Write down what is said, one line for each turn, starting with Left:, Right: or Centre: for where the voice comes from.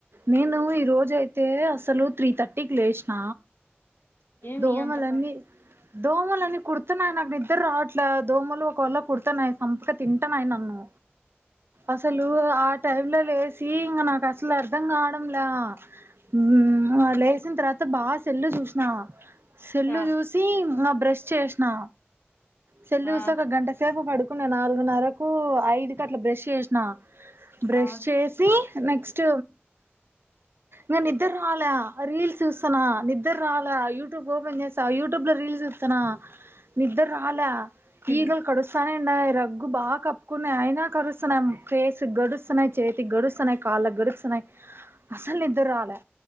Right: నేను ఈ రోజ అయితే అసలు త్రీ థర్టీకి లేసిన
Left: ఏమి
Right: దోమలన్నీ
Left: అంత ఫా
Right: దోమలన్నీ కుడుతున్నాయి నాకు నిద్ద్ర రావట్లా దోమలు ఒకవళ్ళ కుడతనయి సంపక తింటాన్నాయి నన్ను అసలూ ఆ టైమ్ లో లేసి ఇంక నాకు అసలు అర్థం కావడంలా మ్ లేసిన తర్వాత బాగా సెల్లు చూసినా సెల్లు
Left: ఆ
Right: చూసి ఇంగ బ్రష్ చేస్నా సెల్లూసి
Left: ఆ
Right: ఒక గంట సేపు పడుకున్న నాలుగున్నరక్ ఓ ఐ ఐదు కి అట్ల బ్రష్ అ బ్రష్
Left: ఆ
Right: చేసి నెక్స్ట్ నానిద్దరాలె రీల్స్ చూసునా నిద్ర రాలె యూట్యూబ్ యూట్యూబ్ లో రీల్స్ సూతున్నా నిద్దర్రాలె
Left: హ్మ్.
Right: ఈగల్ కరుసానేే రగ్గు బాగా కప్పుకున్న అయినా కరుస్తున్నాయ్ ఒక ఫేసుక్ గరుస్తున్నాయి చేతికి గరుస్తున్నాయి్ కాళ్ళకు గరుస్తున్నాయి అసలు నిద్దరాలే